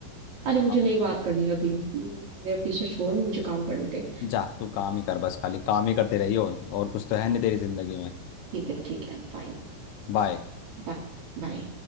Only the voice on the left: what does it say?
अब
जा तू काम ही कर बस खाली काम ही करते रही हो और कुछ तो है नहीं तेरी जिंदगी में
बाय